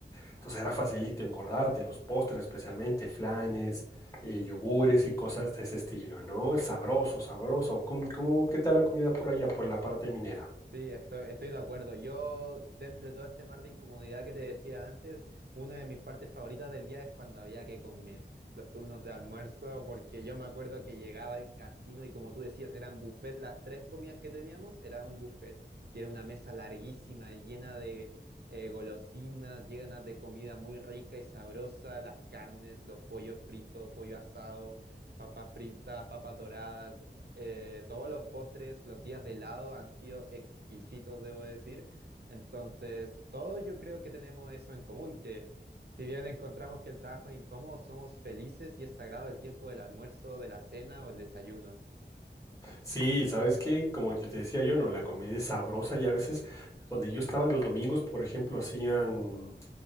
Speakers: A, on the left; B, on the right.
A: Entonces era facilito engordarte, los postres especialmente, flanes, eh, yogures y cosas de ese estilo, ¿no? Sabroso, sabroso. ¿Cómo, cómo- qué tal la comida por allá, por la parte minera?
B: Sí, estoy, estoy de acuerdo. Yo, dentro de todo este mar de incomodidad que te decía antes, una de mis partes favoritas del día es cuando había que comer los turnos de almuerzo, porque yo me acuerdo que llegaba al casino y como tú decías, eran buffet, las tres comidas que teníamos, era un buffet y era una mesa larguísima, llena de eh, golosinas, llena de comida muy rica y sabrosa, las carnes, los pollos fritos, pollo asado, papas fritas, papas doradas eh, todos los postres, los días de helado han sido exquisitos, debo decir. Entonces, todos yo creo que tenemos eso en común, que si bien encontramos que el trabajo es incómodo, somos felices y es sagrado el tiempo del almuerzo, de la cena o el desayuno.
A: Sí, ¿sabes que Como yo te decía yo, no, la comida es sabrosa y a veces donde yo estaba los domingos, por ejemplo, hacían...